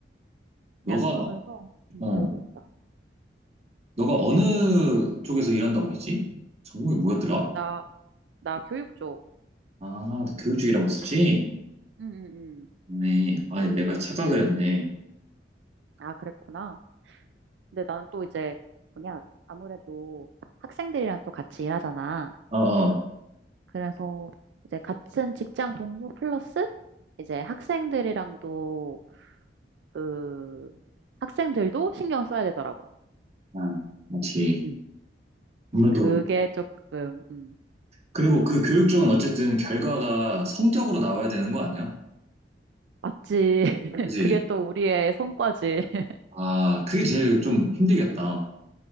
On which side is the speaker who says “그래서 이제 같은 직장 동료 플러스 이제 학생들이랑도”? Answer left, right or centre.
Right